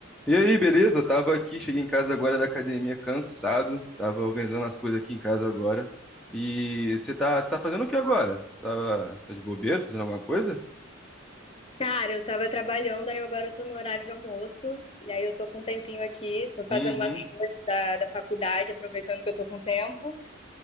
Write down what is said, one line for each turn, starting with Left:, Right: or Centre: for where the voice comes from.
Centre: E aí, beleza? Tava aqui, cheguei em casa agora da academia cansado, tava organizando as coisas aqui em casa agora. E você tá, você tá fazendo o que agora? Tava, tá de bobeira, fazendo alguma coisa?
Left: Cara, eu tava trabalhando, aí agora eu tô no horário de almoço, e aí eu tô com um tempinho aqui, tô fazendo
Centre: Uhum.
Left: umas coisas da, da faculdade, aproveitando que eu tô com tempo.